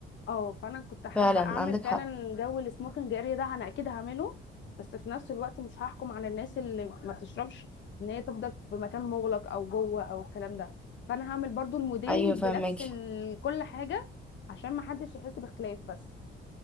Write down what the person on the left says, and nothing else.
اه فانا كنت حابه
اعمل
فعلا
جو السموكينج اريا ده انا اكيد هعمله بس في نفس الوقت مش هحكم على الناس اللي ما بتشربش ان هي تفضل في مكان مغلق او جوه او الكلام ده فانا هعمل برضو المودين
بنفس ال... كل حاجه عشان ما حدش يحس باختلاف بس